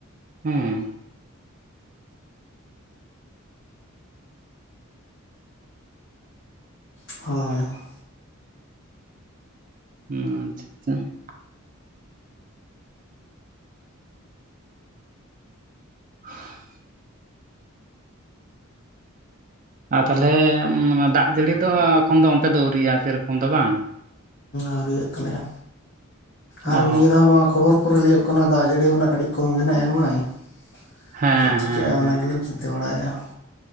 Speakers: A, on the right; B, on the left.
A: ᱦᱮᱸ।
B: ᱦᱳᱭ ᱼᱼ
A: ᱟᱪᱪᱷᱟᱻ ᱟᱪᱪᱷᱟᱻ ᱾ <unintelligible> ᱟᱨ ᱛᱟᱞᱦᱮ ᱫᱟᱜ ᱡᱟᱹᱲᱤ ᱫᱚ ᱮᱠᱷᱚᱱ ᱫᱚ ᱚᱱᱛᱮ ᱫᱚ ᱟᱹᱣᱨᱤᱭᱟ ᱥᱮᱨᱚᱠᱚᱢ ᱫᱚ ᱵᱟᱝ?
B: ᱟᱹᱣᱨᱤ ᱛᱟᱞᱮᱭᱟ ᱟᱨ
A: ᱚ
B: ᱱᱤᱭᱟᱹ ᱫᱷᱟᱹᱣ ᱢᱟ ᱠᱷᱚᱵᱚᱨ ᱼᱼ ᱠᱚᱨᱮ ᱞᱟᱹᱭᱚᱜ ᱠᱟᱱᱟ ᱫᱟᱜ ᱡᱟᱹᱲᱤ ᱠᱷᱚᱱᱟᱜ ᱠᱟᱹᱴᱤᱡ ᱠᱚᱢ ᱜᱮᱱᱮ ᱮᱢᱟᱭ ᱾
A: ᱦᱮᱸ
B: ᱪᱮᱫ ᱪᱤᱠᱟᱹᱜᱼᱟ
A: ᱦᱮᱸ ᱦᱮᱸ
B: ᱚᱱᱟ ᱜᱮᱞᱤᱧ ᱪᱤᱱᱛᱟᱹ ᱵᱟᱲᱟᱭᱮᱜᱼᱟ ᱾